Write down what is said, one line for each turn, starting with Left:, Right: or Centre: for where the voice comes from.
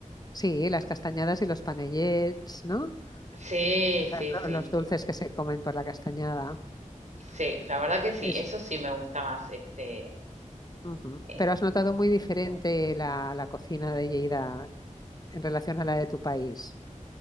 Left: Sí, las castañadas y los panellets, ¿no?
Right: Sí,
Left: La-
Right: sí, sí,
Left: Los dulces que se comen por la castañada.
Right: sí, la verdad que sí,
Left: Es,
Right: eso sí me gusta más, este,
Left: ujú.
Right: eh,
Left: Pero has notado muy diferente la, la cocina de Lleida en relación a la de tu país.